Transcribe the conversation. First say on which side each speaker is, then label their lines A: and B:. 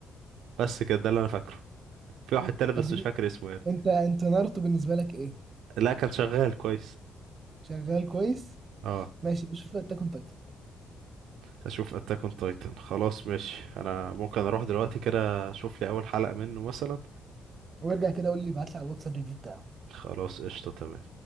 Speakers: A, on the right; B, on the right.
A: بس كده ده اللي انا فاكره في واحد تالت بس
B: طب
A: مش فاكر اسمه يعني
B: انت انت ناruto بالنسبة لك ايه؟
A: لا كان شغال كويس
B: شغال كويس؟
A: اه
B: ماشي بشوف اتاك اون تايتن
A: هشوف اتاك اون تايتن خلاص ماشي انا ممكن اروح دلوقتي كده اشوف لي اول حلقة منه مثلا
B: وارجع كده قول لي ابعت لي على الواتساب الريفيو بتاعه
A: خلاص قشطة تمام